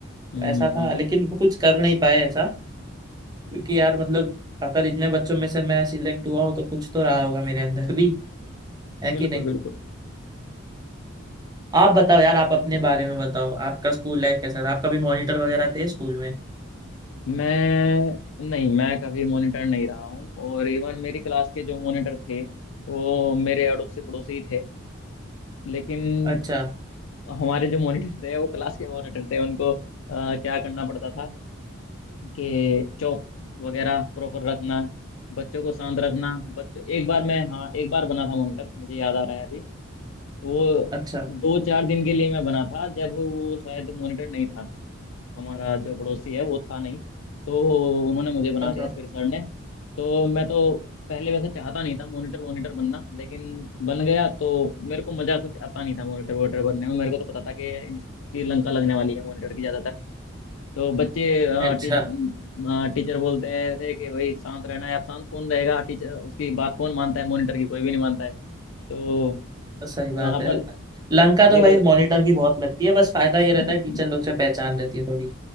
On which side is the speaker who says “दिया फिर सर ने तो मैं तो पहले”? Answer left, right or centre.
Left